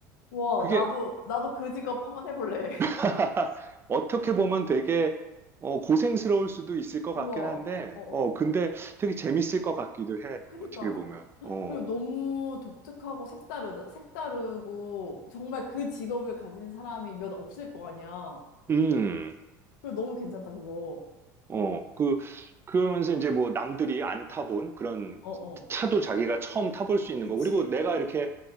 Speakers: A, on the left; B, on the right.
A: 우와,
B: 그게
A: 나도, 나도 그 직업 한번 해볼래. <laughs>
B: <laughs> 어떻게 보면 되게 어, 고생스러울 수도 있을 것
A: 우와.
B: 같긴 한데,
A: 어, 어,
B: 어, 근데
A: 어.
B: 되게 재밌을 것 같기도 해.
A: 그니까.
B: 어떻게 보면. 어.
A: 그리고 너무 독특하고 색다르, 색다르고 정말 그 직업을 가진 사람이 몇 없을 거 아니야. 어.
B: 음.
A: 그리고 너무 괜찮다, 그거.
B: 어, 그, 그러면서 이제 뭐 남들이 안 타본 그런
A: 어, 어.
B: 차도
A: 찾아.
B: 자기가 처음 타볼 수 있는
A: 그치.
B: 거. 그리고 내가 이렇게